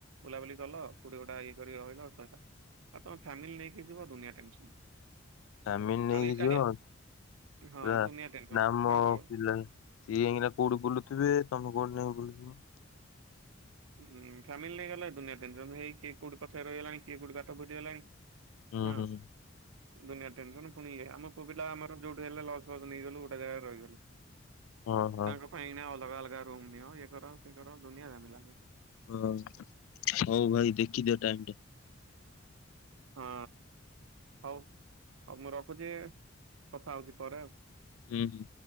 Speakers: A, on the right (about 80°); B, on the left (about 85°).
A: ବୁଲାବୁଲି କଲ କୋଉଟି ଗୋଟା ଇଏ କରି ରହିଲ ସଇଲା। ଆଉ ତମ ଫ୍ୟାମିଲି ନେଇକି ଯିବ ଦୁନିଆ ଟେନସନ।
B: ଫ୍ୟାମିନ ନେଇକି
A: ଆଉ ଏକାଟିଆ
B: ଯିବ
A: ହଁ
B: ପୁରା
A: ଦୁନିଆ ଟେନସନ
B: ନାମ
A: ଆଉ କଣ
B: ପିଲା। ସିଏ ଯାଇକିନା କୋଉଠି ବୁଲଥିବେ ତମେ କୋଉଠି ଯାଇ ବୁଲଥିବ।
A: ହୁଁ ଫ୍ୟାମିଲି ନେଇ ଗଲେ ଦୁନିଆ ଟେନସନ ହେଇ କିଏ କୋଉଠି ପଛରେ ରହିଗଲାଣି କିଏ କୋଉଠି ବାଟ ଭୁଲିଗଲାଣି।
B: ଉଁ
A: ହଁ
B: ହୁଁ ହୁଁ।
A: ଦୁନିଆ ଟେନସନ ପୁଣି ଇଏ ଆମ ପୁଅ ପିଲା ଆମର ଯୋଉଠୁ ହେଲେ ଲଜ ଫଜ ନେଇଗଲୁ ଗୋଟା ଜାଗାରେ ରହିଗଲୁ।
B: ହଁ ହଁ।
A: ତାଙ୍କ ଏଇନା ଅଲଗା ଅଲଗା ରୁମ ନିଅ ଏ କର ସେ କର ଦୁନିଆ ଝାମେଲା।
B: ହଁ ହଉ ଭାଇ ଦେଖିଦିଅ ଟାଇମଟା।
A: <inaudible> ହଁ ହଉ ହଉ ମୁଁ ରଖୁଛି କଥା ହଉଛି ପରେ ଆଉ।
B: ଉଁ ହୁଁ।